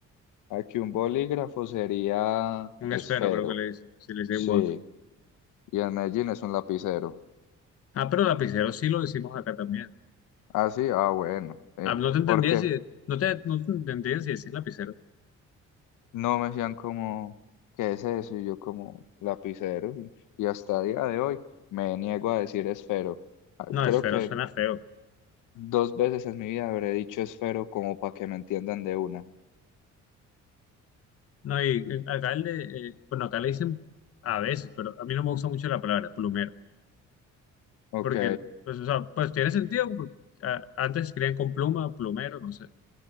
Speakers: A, on the left; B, on the left.
A: aquí un bolígrafo sería
B: un
A: esfero,
B: esfero, creo que le dicen, si le dicen
A: sí,
B: voz.
A: y en Medellín es un lapicero.
B: Ah, pero lapicero sí lo decimos acá también.
A: Ah, sí, ah, bueno, eh,
B: Ah, no te entendía
A: porque
B: si, no te, no te entendía si decís lapicero.
A: no me decían como, ¿qué es eso? Y yo como lapicero, y hasta día de hoy me niego a decir esfero. Ah,
B: No,
A: Creo
B: esfero
A: que
B: suena feo.
A: Dos veces en mi vida habré dicho esfero como para que me entiendan de una.
B: No, y eh, acá el de, eh, bueno, acá le dicen a veces, pero a mí no me gusta mucho la palabra plumero,
A: Ok,
B: porque, pues, o sea, pues tiene sentido, porque, ah, antes escribían con pluma, plumero, no sé,